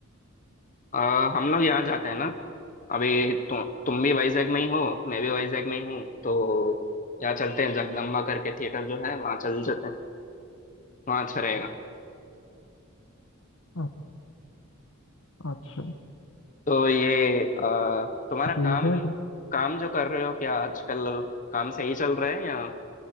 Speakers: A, on the left; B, on the left.
A: अ, हम लोग यहाँ जाते हैं ना अभी तु, तुम भी वाइजैग में ही हो मैं भी वाइजैग में ही हूँ तो यहाँ चलते हैं जगदम्बा करके थिएटर जो है वहाँ चल चलते हैं वहाँ अच्छा रहेगा
B: अ- अच्छा
A: तो ये अ, तुम्हारा
B: ठीक
A: काम
B: है
A: काम जो कर रहे हो क्या आजकल काम सही चल रहा है या